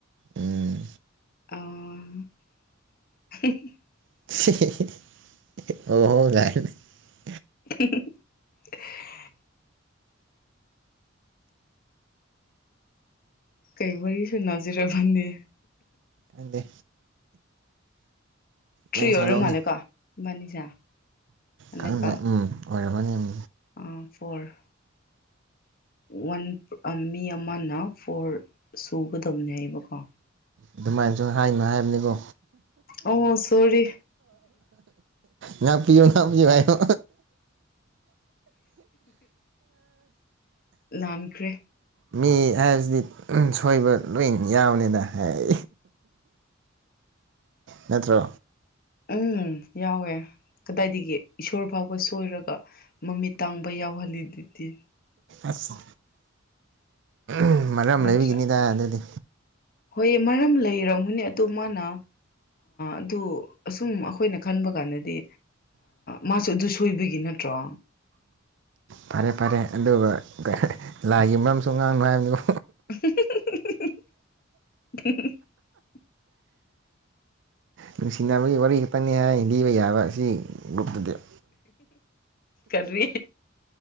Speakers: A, on the right (about 60°); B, on the left (about 45°).
A: ꯎꯝ
B: ꯑꯥ
A: <unintelligible>
B: <unintelligible> ꯀꯩ ꯋꯥꯔꯤ ꯁꯅꯥꯖꯤꯔ ꯈꯪꯗꯦ
A: ꯈꯪꯗꯦ
B: ꯊ꯭ꯔꯤ
A: ꯅꯪ
B: ꯑꯣꯏꯔ
A: ꯁꯥꯔꯛꯑꯣꯅꯦ
B: ꯃꯥꯂꯦ ꯀꯣ ꯏꯕꯅꯤꯁꯦ ꯍꯟꯗꯛ
A: ꯈꯪꯗꯦ ꯎꯝ ꯑꯣꯏꯔꯝꯃꯅꯤ ꯎꯝ
B: ꯑꯥ ꯐꯣꯔ ꯋꯥꯟ ꯃꯤ ꯑꯃꯅ ꯐꯣꯔ ꯁꯨꯒꯗꯕꯅꯦ ꯍꯥꯏꯕꯀꯣ
A: ꯑꯗꯨꯃꯥꯏꯅ ꯍꯥꯏꯅꯣ ꯍꯥꯏꯕꯅꯤꯀꯣ
B: ꯑꯣ ꯁꯣꯔꯤ
A: ꯅꯪ ꯄꯕꯤꯌꯨ ꯍꯕꯤꯕꯥꯏꯌꯣ
B: ꯂꯥꯟꯈ꯭ꯔꯦ
A: ꯃꯤ ꯍꯥꯏꯕꯁꯤꯗꯤ ꯁꯣꯏꯕ ꯂꯣꯏ ꯌꯥꯎꯅꯤꯅ ꯍꯥꯏ ꯅꯠꯇ꯭ꯔꯥ
B: ꯎꯝ ꯌꯥꯎꯋꯦ ꯀꯗꯥꯏꯗꯒꯤ ꯏꯁꯣꯔ ꯐꯥꯎꯕ ꯁꯣꯏꯔꯒ ꯃꯃꯤꯠ ꯇꯥꯡꯕ ꯌꯥꯎꯍꯜꯂꯤꯗꯨꯗꯤ
A: ꯑꯁ ꯎꯝ ꯃꯔ ꯑꯃ
B: ꯅꯠꯇ꯭ꯔꯥ
A: ꯂꯩꯕꯤꯒꯤꯅꯤꯗꯥꯏ ꯑꯗꯨꯗꯤ
B: ꯍꯣꯏ ꯃꯔꯝ ꯂꯩꯔꯝꯒꯅꯤ ꯑꯗꯨ ꯃꯥꯅ ꯑꯗꯨ ꯑꯁꯨꯝ ꯑꯩꯈꯣꯏꯅ ꯈꯟꯕ ꯀꯥꯟꯗꯗꯤ ꯃꯥꯁꯨ ꯑꯗꯨ ꯁꯣꯏꯕꯒꯤ ꯅꯠꯇ꯭ꯔꯣ
A: ꯐꯔꯦ ꯐꯔꯦ ꯑꯗꯨꯒ ꯂꯥꯏꯒꯤ ꯃꯔꯝꯁꯨ ꯉꯥꯡꯅꯨ ꯍꯥꯏꯕꯗꯨ
B: <unintelligible> <unintelligible>
A: ꯅꯪ ꯁꯤꯅꯃꯒꯤ ꯋꯥꯔꯤꯈꯛꯇꯅꯤ ꯍꯥꯏ ꯄꯤꯕ ꯌꯥꯕ ꯁꯤ <unintelligible>
B: ꯀꯔꯤ